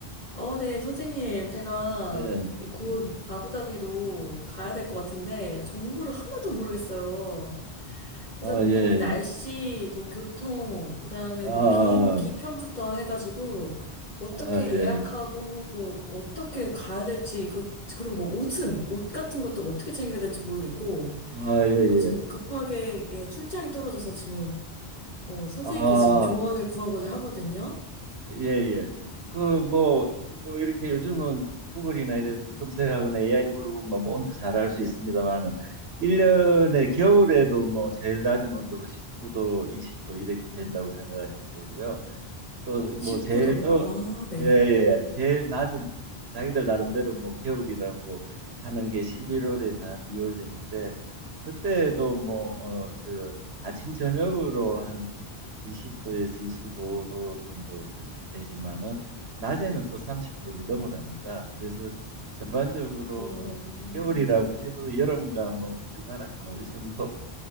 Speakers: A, on the left; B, on the right.
A: 어, 네, 선생님. 제가
B: 예.
A: 이제 곧
B: 음.
A: 아부다비로 가야 될 것 같은데, 정보를 하나도 모르겠어요. 그래서
B: 아,
A: 뭐
B: 예.
A: 거기 날씨, 뭐 교통, 그 다음에
B: 아,
A: 뭐 비행기 편부터 해가지고, 어떻게
B: 아, 예.
A: 예약하고, 어떻게 가야 될지, 그, 그리고 뭐 옷은, 옷 같은 것도 어떻게 챙겨야 될지 모르겠고,
B: 아, 예, 예.
A: 어, 지금 급하게, 예, 출장이 떨어져서 지금, 어, 선생님께
B: 아,
A: 지금 조언을 구하고자 하거든요.
B: 예, 예. 그, 뭐, 뭐, 이렇게 요즘은 구글이나 이래 검색하거나 AI 물어보면 뭐 온도 잘 알 수 있습니다만은, 1년에 겨울에도 뭐 제일 낮은 온도가 19도, 20도 이렇게 된다고 생각하시면 되고요. 또
A: 십구도
B: 뭐 제일 더
A: 아, 네.
B: 예, 예. 예. 제일 낮은 자기들 나름대로 뭐 겨울이라고 하는 게 11월에서 한 2월 되는데 그때도 뭐 어 저 아침 저녁으로 한 20도에서 25도 정도 이제 되지만은 낮에는 또 30도를 넘어갑니다. 그래서 전반적으로
A: 오,
B: 어 겨울이라고 해도 여름과 뭐 우리나라 가을 정도